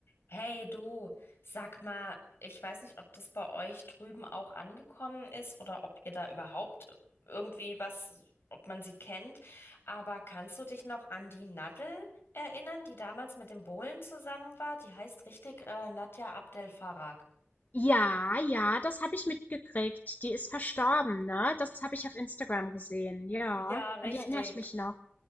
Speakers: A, on the left; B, on the left.
A: Hey du, sag mal, ich weiß nicht, ob das bei euch drüben auch angekommen ist oder ob ihr da überhaupt irgendwie was, ob man sie kennt, aber kannst du dich noch an die Nadel erinnern, die damals mit dem Bohlen zusammen war? Die heißt richtig äh, Nadja Abdel Farag.
B: Ja, ja, das habe ich mitgekriegt. Die ist verstorben, ne? Das habe ich auf Instagram gesehen. Ja,
A: Ja, richtig.
B: an die erinnere ich mich noch.